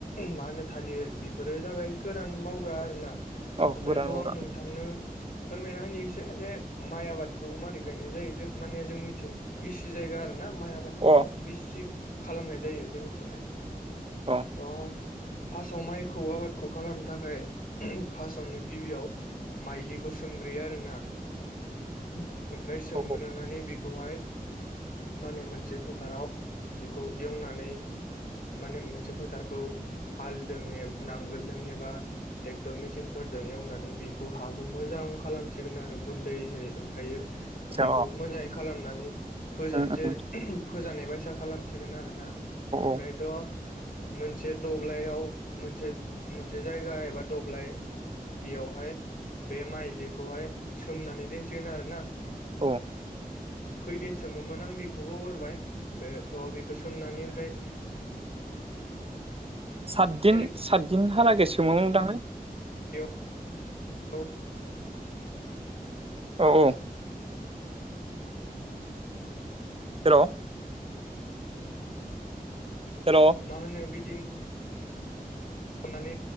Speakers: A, on the left (about 65°); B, on the right (about 40°).
A: मा होनो थालिर बेफोरो जाबाय गोरान मावग्रा आरोना।
B: औ
A: ओमफ्रायथ'
B: गोरान
A: आं
B: अरा
A: नोंथांनो फोरमायना होनि इसे जे माइ आबादखौ मारै गायनाय जायो जों माने जोंनिथिं गिस जायगा आरो ना माइ आबादखौनो
B: अ
A: गिसि खालामनाय जायो जोंनिथिंहाय।
B: अ'।
A: थ' फार्स्टआव माइखौ आबादखौ खालामनो थाखाय फार्स्टावनो गिबियाव माइलिखौ सोमग्रोयो आरो ना ओमफ्राय सोमग्रोनानै
B: औ
A: बिखौहाय माने मोनसे फोथाराव बेखौ एवनानै माने मोनसे फोथारखौ हालदों ए नांगोलदों एबा टेक्टर मेसिनफोरदों एवनानै बेखौ हाखौ मोजां खालामसिगोन आरो गुन्दैैहै ओमफ्रायो
B: आदसा
A: बिखौ मोजाङै खालामनानै फोजा
B: अ उम
A: जेरै
B: उम
A: फोजानाय बायसा खालामसिगोन आरोना।
B: औ
A: आमफ्रायथ'
B: औ
A: मोनसे दब्लायाव मोनसे मोनसे जायगा एबा दब्लाय बेयावहाय बे माइज्लिखौहाय सोमनानै दोनसिगोन आरो ना।
B: औ।
A: खैदिन सोमोमोन आं बेखौ बावगारबाय बेथ' बेखौ सोमनानै ओमफ्राय
B: सातदिन
A: ओरै
B: सातदिन हालागै सोमो मोनदां लै।
A: बेयाव औ
B: औ औ। हेल'! हेल'!
A: मा होनो बिदिन नानै